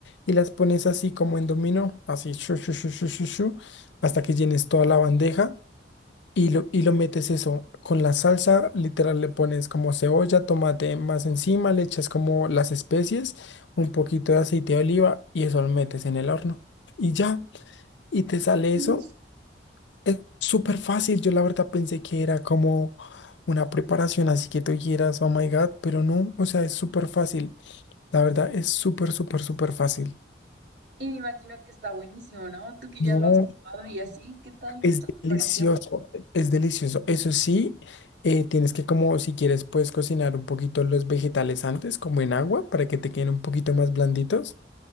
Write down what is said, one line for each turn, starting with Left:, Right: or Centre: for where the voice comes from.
Left: y las pones así como en dominó, así shu, shu, shu, shu, shu, shu, hasta que llenes toda la bandeja y lo, y lo metes eso con la salsa, literal le pones como cebolla, tomate más encima, le echas como las especies, un poquito de aceite de oliva y eso lo metes en el horno. Y ya, y te sale
Right: sí.
Left: eso es súper fácil, yo la verdad pensé que era como una preparación, así que tú quieras, oh my God, pero no, o sea, es súper fácil, la verdad es súper, súper, súper fácil.
Right: Y me imagino que está buenísimo, ¿no? Tú que
Left: No,
Right: ya lo has probado y así, ¿qué tal?
Left: es
Right: ¿Qué tal te
Left: delicioso,
Right: pareció?
Left: es delicioso. Eso sí, eh, tienes que como, si quieres, puedes cocinar un poquito los vegetales antes, como en agua, para que te queden un poquito más blanditos.